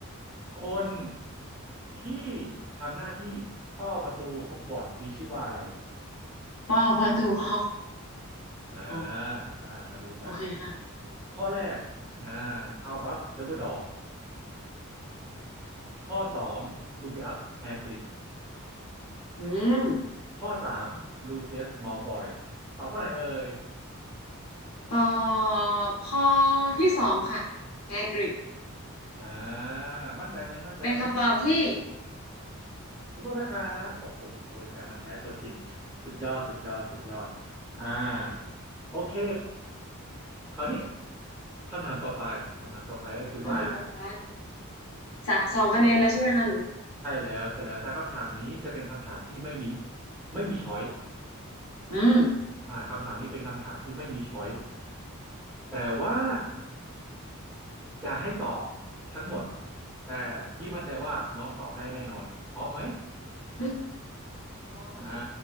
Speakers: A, in the centre; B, on the left.
A: คนที่ทำหน้าที่เฝ้าประตูฮอกวอตส์มีชื่อว่าอะไร
B: ป้าประตูห้อง
A: อ่า
B: โอ
A: อ่ามาดูกัน
B: โอเคค่ะ
A: ข้อแรกอ่าอัลบัสดัมเบิลดอร์ข้อสองลูบิอัสแฮกริด
B: อืม
A: ข้อสามลูเซียสมัลฟอยตอบข้อไหนเอ่ย
B: ตอบข้อที่สองค่ะแฮกริด
A: อ่ามั่นใจไหมมั่นใจไหม
B: เป็นคำตอบที่
A: ถูกต้องนะครับโอ้โหแฟนมันธุ์แท้ตัวจริงสุดยอดสุดยอดสุดยอดอ่าโอเคคราวนี้คำถามต่อไปคำถามต่อไปก็คือว่า
B: คำถามต่อไปสะสองคะแนนแล้วใช่ไหมคะหนู
A: ใช่แล้วใช่แล้วแต่คำถามนี้จะเป็นคำถามที่ไม่มีไม่มีช้อย
B: อืม
A: อ่าคำถามนี้เป็นคำถามที่ไม่มีช้อยแต่ว่า จะให้ตอบทั้งหมดแต่พี่มั่นใจว่าน้องตอบได้แน่นอนพร้อมไหม
B: อืมพร้อมค่ะ
A: อ่า